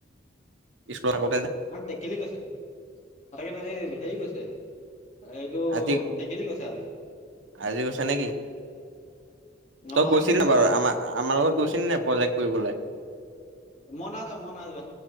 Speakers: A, on the right; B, on the left.
A: স্কুলৰ আগতে যে
B: মই টেকেলি গৈছো তাকেটো এ হেৰি গৈছে এইটো
A: আজি
B: টেকেলি গৈছে আজি।
A: আজি গৈছা নেকি তই
B: অ
A: গৈছিল
B: আজি গৈছে
A: নে বাৰু
B: অ
A: আমা আ আমাৰ লগত গৈছিলি নাই প্ৰজেক্ট কৰিবলে
B: ম না যোৱা মই না যোৱা